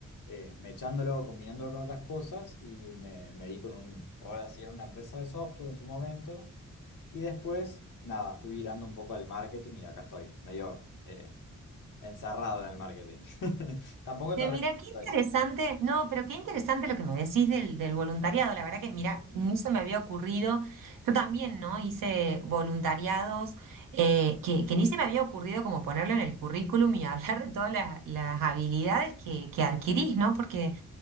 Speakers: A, on the left; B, on the right.
A: eh, mechándolo, combinándolo con otras cosas y me, me di con un rol así en una empresa de software en su momento. Y después, nada, fui virando un poco al marketing y acá estoy, medio eh, encerrado en el marketing. <laughs> Tampoco
B: Eh,
A: te recomiendo
B: mira, qué
A: eso.
B: interesante, no, pero qué interesante lo que me decís del, del voluntariado. La verdad que, mira, ni se me había ocurrido. Yo también, ¿no? Hice voluntariados eh, que, que ni se me había ocurrido como ponerlo en el currículum y <laughs> hablar de todas las, las habilidades que, que adquirís, ¿no? Porque...